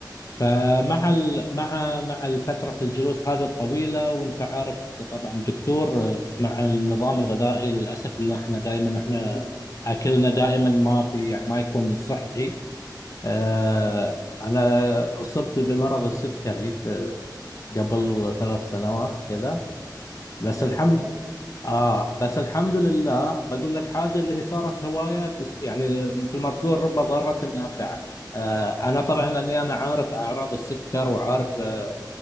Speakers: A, on the left; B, on the right.
A: فمع ال... مع مع فتره الجلوس هذه الطويله وانت عارف طبعا دكتور آه، مع النظام الغذائي للاسف ان احنا دائما احنا
B: ايوه
A: اكلنا
B: أيوة.
A: دائما
B: اه
A: ما في يعني ما يكون صحي آه،
B: ايوه
A: أنا أصبت بمرض السكري قبل ثلاث سنوات كذا
B: بدايه
A: بس الحمد
B: السكر
A: آه بس الحمد لله بقول لك حاجة اللي هي صارت هواية بس يعني مثل ما تقول رب ضارة نافعة آه أنا طبعا لأني أنا عارف أعراض السكر وعارف آه،